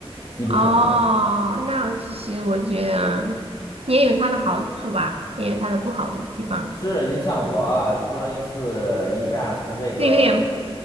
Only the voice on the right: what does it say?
哦，那其实我觉得也有它的好处吧，也有它的不好的地方，
就有点